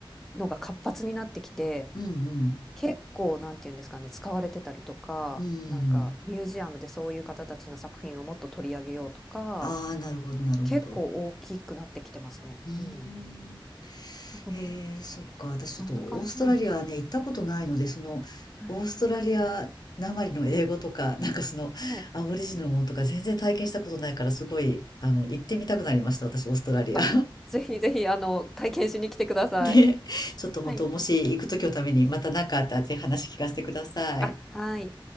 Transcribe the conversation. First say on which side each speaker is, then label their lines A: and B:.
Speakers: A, in the centre; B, on the left.
A: のが活発になってきて、
B: うんうん。
A: 結構なんていうんですかね、使われてたりとか、
B: うん。
A: なんかミュージアムでそういう方たちの作品をもっと取り上げようとか、
B: ああ、なるほど、なるほど。
A: 結構大きくなってきてますね。
B: うー
A: うん。
B: ん。
A: なんか、
B: ええ、そっか。私ちょっとオーストラリアはね、
A: そんな感じなんですね。
B: 行ったことないので、その、
A: はい。
B: オーストラリアなまりの英語とか、<laughs> なんかその、
A: はい。
B: アボリジナルのものとか全然体験したことないから、すごい、あの、行ってみたくなりました。私、オーストラリア。
A: あ、ぜひぜひ、あの、体験しに来てください。
B: で、<laughs> ちょっと本当、
A: はい。
B: もし行くときのためにまた何かあったらぜひ話聞かせてください。
A: あ、はい。